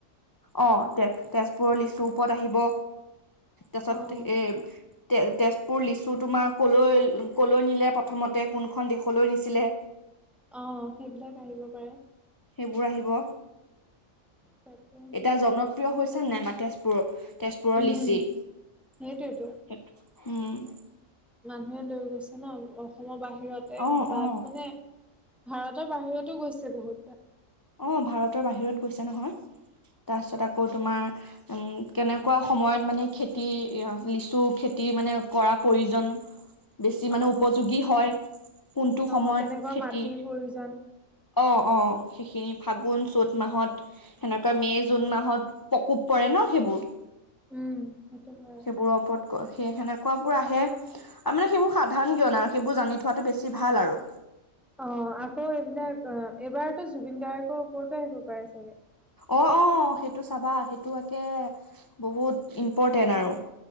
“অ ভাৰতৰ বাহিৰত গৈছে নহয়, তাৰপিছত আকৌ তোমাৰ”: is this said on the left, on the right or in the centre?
Left